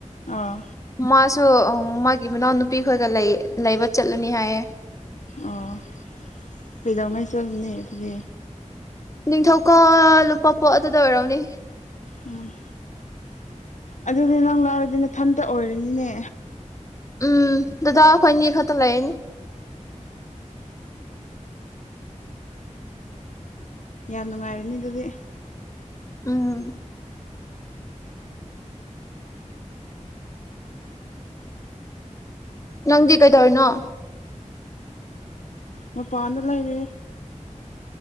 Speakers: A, on the left; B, on the left.
A: ꯑꯥ
B: ꯃꯥꯁꯨ ꯃꯥꯒꯤ ꯃꯅꯥꯎ ꯅꯨꯄꯤ ꯈꯣꯏꯒ ꯂꯩ ꯂꯩꯕ ꯆꯠꯂꯅꯤ ꯍꯥꯏꯌꯦ
A: ꯑꯣ ꯀꯩꯗꯧꯉꯥꯏ ꯆꯠꯂꯅꯤ ꯑꯗꯨꯗꯤ
B: ꯅꯤꯡꯊꯧꯀꯣ ꯂꯨꯄꯥ ꯄꯣ ꯑꯗꯨꯗ ꯑꯣꯏꯔꯣꯅꯦ
A: ꯎꯝ ꯑꯗꯨꯗꯤ ꯅꯪ ꯂꯥꯛꯔꯗꯤꯅꯦꯊꯟꯇ ꯑꯣꯏꯔꯅꯤꯅꯦ
B: ꯎꯝ ꯗꯗꯥ ꯑꯩꯈꯣꯏꯅꯤ ꯈꯛꯇ ꯂꯩꯅꯦ
A: ꯌꯥꯝ ꯅꯨꯡꯉꯥꯏꯔꯅꯤ ꯑꯗꯨꯗꯤ
B: ꯎꯝ ꯅꯪꯗꯤ ꯀꯩ ꯇꯧꯔꯔꯤꯅꯣ
A: ꯃ ꯄꯥꯎꯗꯂ ꯍꯥꯏꯗꯤ